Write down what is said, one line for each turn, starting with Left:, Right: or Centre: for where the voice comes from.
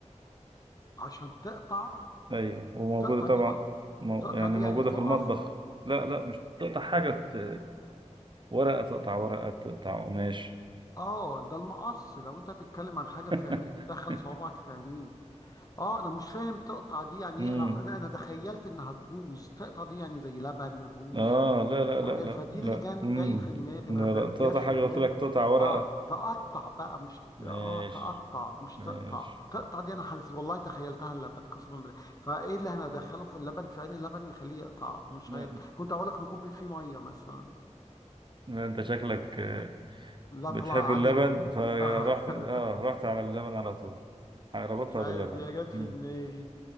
Left: عشان تقطع
Right: ايوه وموجوده
Left: تقطع
Right: طبعا
Left: دي ما...
Right: مو
Left: تقطع
Right: يعني
Left: دي
Right: موجوده
Left: يعني تقف
Right: في المطبخ لا لا مش تقطع حاجه ت- ورقه تقطع ورقه تقطع قماش
Left: اه ده المقص لو انت هتتكلم عن حاجه
Right: <laughs>
Left: في عينيه تدخل صوابعك في عينيه اه انا مش فاهم تقطع دي يعني
Right: امم
Left: ايه انا انا أنا تخيلت انها تبوظ تقطع دي يعني زي لبن يبوظ
Right: اه لا لا لا
Left: الحاجات
Right: لا
Left: فدي اللي
Right: لا
Left: كان
Right: امم
Left: جاي في دماغي
Right: لا
Left: ما
Right: لا تقطع
Left: جاش في
Right: حاجه
Left: دماغي
Right: قلت لك تقطع ورقه
Left: اه تقطع بقى مش
Right: ماشي
Left: اه تقطع مش
Right: ماشي
Left: تقطع تقطع دي انا حاسس والله تخيلتها اللبن قسما بالله فايه اللي هندخله في اللبن في عين اللبن يخليه يقطع مش
Right: لا
Left: عارف كنت اقول لك نكب فيه ميه مثلا
Right: لا، انت شكلك آه،
Left: لا
Right: بتحب
Left: طلع
Right: اللبن
Left: عاليه من-
Right: فرحت
Left: اه <laughs>
Right: اه رحت على اللبن على طول ربطها
Left: مش عارف
Right: باللبن
Left: هي جت في
Right: امم
Left: دماغي